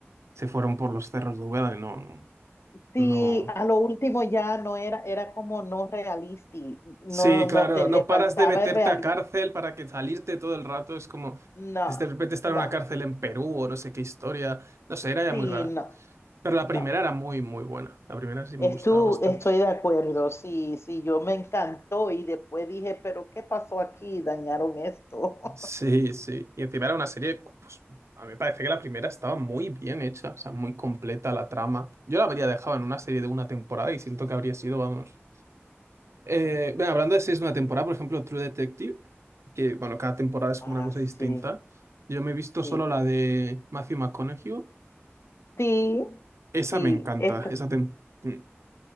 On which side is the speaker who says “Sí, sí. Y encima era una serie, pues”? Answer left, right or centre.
Right